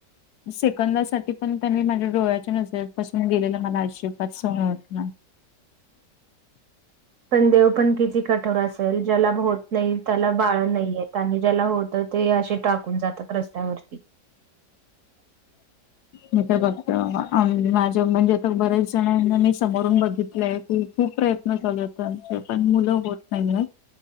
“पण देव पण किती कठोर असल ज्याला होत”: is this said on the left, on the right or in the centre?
Right